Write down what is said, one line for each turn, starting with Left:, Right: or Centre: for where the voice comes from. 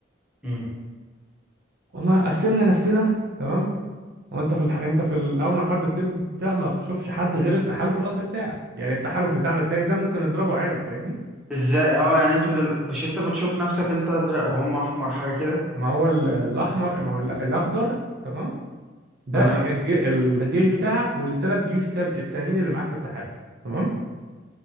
Centre: مم.
Right: والله قسمنا نفسنا تمام وانت في الح... انت في الاول ما الحرب بتبدا ما بتشوفش حد غير التحالف الاصلي بتاعك يعني التحالف بتاعنا التاني ده ممكن نضربه عادي فاهمني
Centre: ازاي اه يعني انتوا دل... مش انت بتشوف نفسك انت ازرق وهم احمر حاجه كده
Right: ما هو ال- الاحمر ما هو ال- الاخضر تمام ده
Centre: تمام
Right: اه الج- الجيش بتاعك والثلاث جيوش تل... التانيين اللي معاك في التحالف تمام